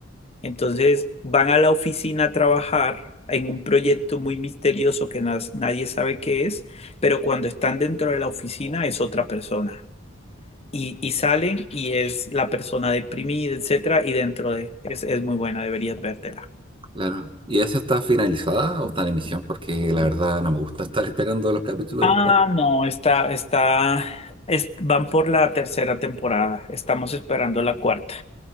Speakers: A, on the left (about 30°); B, on the right (about 25°).
A: Entonces van a la oficina a trabajar en un proyecto muy misterioso que nas- nadie sabe qué es, pero cuando están dentro de la oficina es otra persona. Y, y salen y es la persona deprimida, etcétera, y dentro de... Es, es muy buena, deberías vértela.
B: Claro. ¿Y esa está finalizada o está en emisión? Porque la verdad no me gusta estar esperando los capítulos
A: Ah,
B: después.
A: no, está, está, es- van por la tercera temporada. Estamos esperando la cuarta.